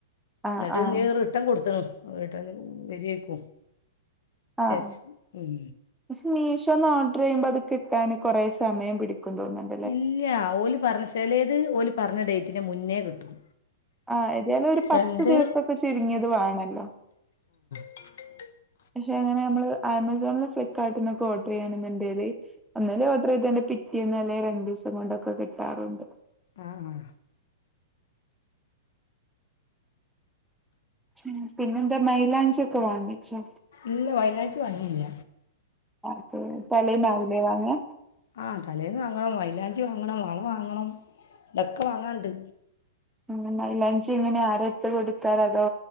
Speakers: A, in the centre; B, on the left.
A: ആഹ്
B: ഇന്നട്ട്
A: ആഹ്
B: ഇഞ് റിട്ടേൺ കൊടുത്ത്ണ് റിട്ടേന് വരിര്ക്കും
A: ആഹ്
B: എച്ച് ഉം
A: പക്ഷെ മീഷോന്ന് ഓർഡർ ചെയ്യുമ്പോ അത് കിട്ടാന് കുറെേ സമയം പിടിക്കും തോന്ന്ണ്ട്
B: ഇല്ല്യാ ഓല് പറഞ ചെലത് ഓല് പറഞ്ഞ ഡേറ്റിന്റെ മുനെ കിട്ടും
A: ആഹ് ഏതാലും ഒരു
B: ചിലത്
A: പത്ത് ദിവസൊക്കെ ചുരുങ്ങിയത് വാണല്ലോ
B: <inaudible>
A: പക്ഷെ അങ്ങനെ നമ്മള് ആമസോൺന്ന് ഫ്ലിപ്കാർട്ട്ന്നൊക്കെ ഓഡ്രായാണ്ന്ന്ണ്ടേൽ ഒന്നാലേ ഓഡ്രായ്തയ്ന്റെ പിറ്റേന്നല്ലേ രണ്ടീസം കൊണ്ടൊക്കെ കിട്ടാറുണ്ട്
B: ആഹ് ആഹ്
A: മം പിന്നെന്താ മൈലാഞ്ചിക്കൊ വാങ്ങിച്ചോ
B: ഇല്ല വയലാഞ്ചി വാങ്ങിയില്ല
A: അതെ തലേന്ന് ആവുല്ലേ വാങ്ങാ
B: ആഹ് തലേന്ന് വാങ്ങണം മൈലാഞ്ചി വാങ്ങണം വള വാങ്ങണം ഇതൊക്കെ വാങ്ങാണ്ട്
A: ആഹ് മൈലാഞ്ചി ഇങ്ങനെ ആരാ ഇട്ട് കൊടുത്താല് അതോ